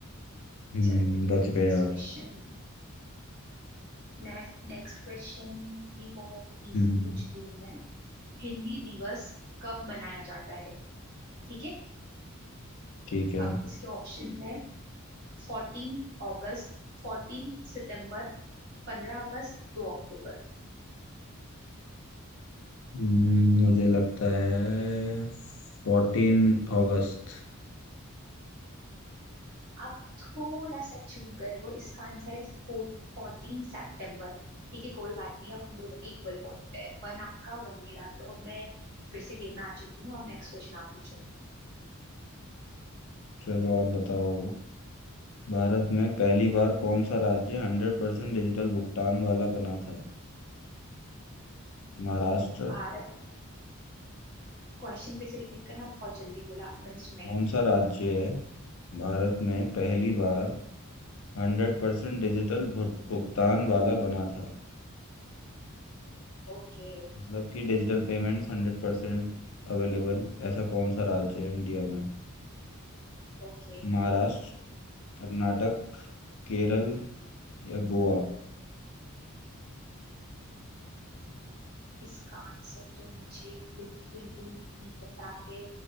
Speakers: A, on the left (about 65°); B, on the right (about 45°).
A: हम्म
B: चलो
A: बच
B: अब
A: गए
B: next
A: आप
B: question Next next question भी बहुत इजी
A: हम्म हम्म,
B: पूछती हूँ मैं हिंदी दिवस कब मनाया जाता है ठीक है
A: ठीक है
B: अब इसके ऑप्शन है फोर्टीन अगस्त फोर्टीन सितंबर पंद्रह अगस्त दो अक्टूबर
A: हम्म, मुझे लगता है फोर्टीन अगस्त
B: आप थोड़ा सा चूक गए हो इसका आंसर है फोर्टीन सितंबर ठीक है कोई बात नहीं अब हम दोनों के इक्वल पॉइंट पे है वन आपका वन मेरा तो अब मैं फिर से गेम में आ चुकी हूँ अब नेक्स्ट क्वेश्चन आप पूछो
A: चलो आप बताओ भारत में पहली बार कौन सा राज्य हंड्रेड परसेंट डिजिटल भुगतान वाला बना था महाराष्ट्र
B: भारत क्वेश्चन फिर से रिपीट करना बहुत जल्दी बोला आपने मैंने सुना ही
A: कौन सा राज्य है भारत में पहली बार हंड्रेड परसेंट डिजिटल भु- भुगतान वाला बना था
B: ओके
A: मतलब कि digital payments hundred percent available ऐसा कौन सा राज्य है इंडिया में
B: ओके
A: महाराष्ट्र कर्नाटक केरल या गोवा
B: इसका आंसर तो मुझे बिल्कुल भी नहीं पता है